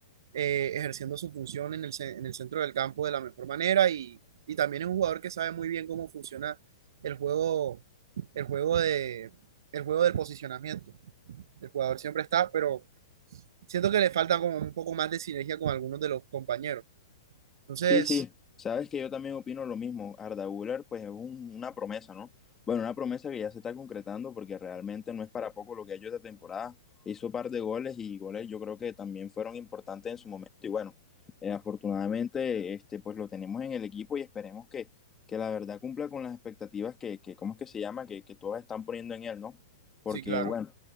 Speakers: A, on the right (about 60°); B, on the left (about 15°).
A: eh, ejerciendo su función en el, ce- en el centro del campo de la mejor manera y, y también es un jugador que sabe muy bien cómo funciona el juego, el juego de, el juego del posicionamiento. El jugador siempre está, pero siento que le falta como un poco más de sinergia con algunos de los compañeros. Entonces,
B: Sí, sí, sabes que yo también opino lo mismo. Arda Güler, pues es un- una promesa, ¿no? Bueno, una promesa que ya se está concretando porque realmente no es para poco lo que ha hecho esta temporada. Hizo un par de goles y goles yo creo que también fueron importantes en su momento. Y bueno, eh, afortunadamente, este, pues lo tenemos en el equipo y esperemos que, que la verdad cumpla con las expectativas que, que ¿cómo es que se llama? Que, que todas están poniendo en él, ¿no? Porque
A: sí, claro.
B: bueno,